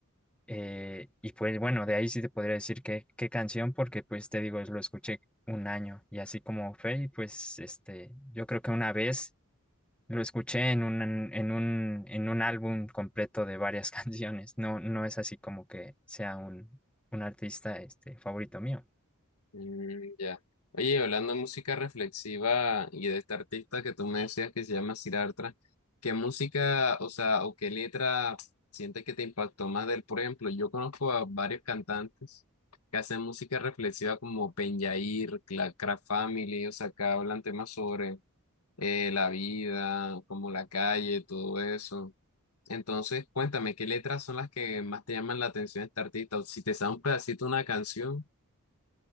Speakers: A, in the centre; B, on the left.
A: eh, y pues bueno, de ahí sí te podría decir qué, qué canción, porque pues te digo, es lo escuché un año y así como fue. Y pues este, yo creo que una vez. Lo escuché en un, en un, en un álbum completo de varias <laughs> canciones. No, no es así como que sea un, un artista este, favorito mío.
B: Mm, ya. Oye, hablando de música reflexiva y de este artista que tú me decías que se llama Siddhartha, ¿qué música, o sea, o qué letra sientes que te impactó más de él? Por ejemplo, yo conozco a varios cantantes que hacen música reflexiva como Penjair, la Craft Family, o sea, que hablan temas sobre eh, la vida, como la calle, todo eso. Entonces, cuéntame, ¿qué letras son las que más te llaman la atención de este artista? O si te sabes un pedacito de una canción.